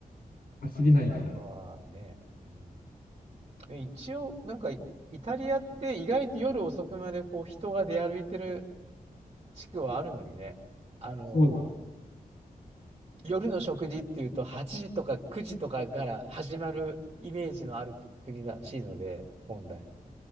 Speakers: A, on the left; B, on the right.
A: ま知りないからね。
B: そうかね。うん、で一応、なんか、イイタリアって意外と夜遅くまでこう人が出歩いてる地区はあるのにね。あのー
A: そうです。
B: 夜の食事っていうと8時とか9時とかから始まるイメージのある国らしいので、本来。